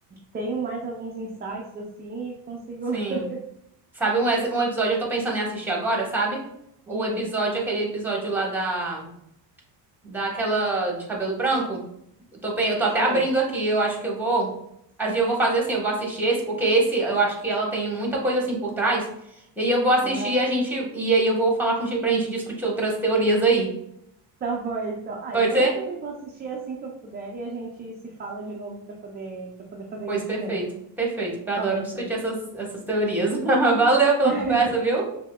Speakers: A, on the right (about 20°); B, in the centre.
A: Tenho mais alguns insights assim e consigo.
B: Sim.
A: <laughs>
B: Sabe um, ex- um episódio eu tô pensando em assistir agora, sabe? O
A: Hum,
B: episódio, aquele episódio lá da daquela de cabelo branco. Eu tô, pen- eu tô
A: sei.
B: até abrindo aqui, eu acho que eu vou acho que eu vou fazer assim, eu vou assistir esse, porque esse eu acho que ela tem muita coisa assim por trás. E aí eu vou assistir
A: Aham.
B: e a gente e aí eu vou falar contigo pra gente discutir outras teorias aí.
A: Tá bom, então. Ah,
B: Pode
A: então
B: ser?
A: eu também vou assistir assim que eu puder e a gente se fala de novo para poder, para poder fazer
B: Pois
A: isso
B: perfeito.
A: junto.
B: Perfeito, porque eu
A: Tá
B: adoro
A: bom, então.
B: discutir essas essas teorias. <laughs> Valeu pela
A: <laughs>
B: conversa, viu?